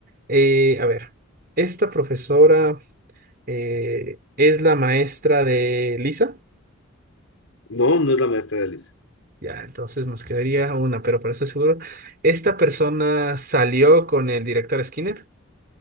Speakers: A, on the right; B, on the left.
A: eh, a ver, esta profesora eh, es la maestra de Lisa.
B: No, no es la maestra de Alice.
A: Ya, entonces nos quedaría una, pero para estar seguro, ¿esta persona salió con el director Skinner?